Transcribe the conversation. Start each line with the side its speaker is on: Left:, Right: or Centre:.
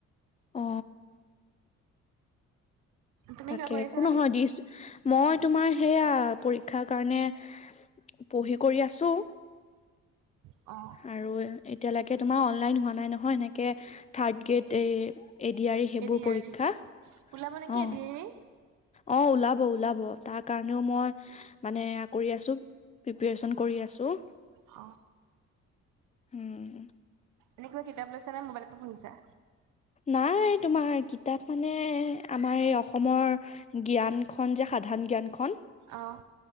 Left: অ
Right: তুমি
Left: তাকে
Right: কিবা কৰি
Left: একো
Right: আছা নেকি
Left: নহয় দিছো মই তোমাৰ সেইয়া পৰীক্ষাৰ কাৰণে পঢ়ি কৰি আছো
Right: অ
Left: আৰু এতিয়ালৈকে তোমাৰ অনলাইন হোৱা নাই নহয় সেনেকৈ থাৰ্ড গ্ৰেড এই এডিয়াৰি ৰ সেইবোৰ
Right: এডি
Left: পৰীক্ষা
Right: আৰি ওলাব নেকি
Left: অ
Right: এডিয়াৰি
Left: অ ওলাব ওলাব তাৰ কাৰণেও মই মানে কৰি আছো। প্ৰিপৰেচন কৰি আছো।
Right: অ
Left: উম
Right: এনেকুৱা কিতাপ লৈছা নে মবাইলতে পঢ়িছা।
Left: নাই তোমাৰ কিতাপ মানে আমাৰ এই অসমৰ, জ্ঞান খন যে সাধাৰণ জ্ঞানখন।
Right: অঁ